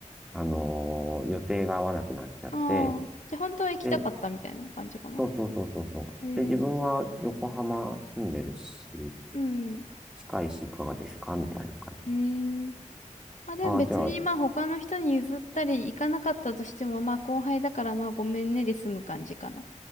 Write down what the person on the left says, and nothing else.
ああ。じゃあ本当は行きたかったみたいな感じかな。
えー、
うん。う
ーん。まあでも別にまあ他の人に譲ったり行かなかったとしてもまあ後輩だからまあごめんねで済む感じかな。